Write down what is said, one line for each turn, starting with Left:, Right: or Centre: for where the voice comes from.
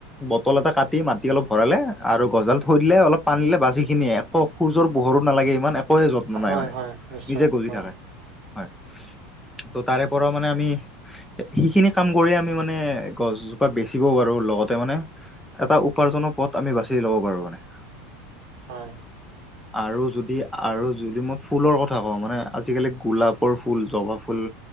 Centre: বটল এটা কাটি মাটি অলপ ভৰালে আৰু গছডাল থৈ দিলে অলপ পানী দিলে বাচ সেইখিনিয়ে একো সূৰ্যৰ পোহৰো নালাগে ইমান, একোৱে যত্ন
Right: হয়
Centre: নাই মানে
Right: হয় নিশ্চয়
Centre: নিজে গজি
Right: হয়
Centre: থাকে হয়। ত' তাৰে পৰাও মানে আমি সেইখিনি কাম কৰিয় আমি মানে গছজোপা বেচিবও পাৰো লগতে মানে। এটা উপাৰ্জনৰ পথ আমি বাচি ল'ব পাৰো মানে।
Right: হয়।
Centre: আৰু যদি আৰু যদি মই ফুলৰ কথা কওঁ মানে আজিকালি গোলাপৰ ফুল জবা ফুল।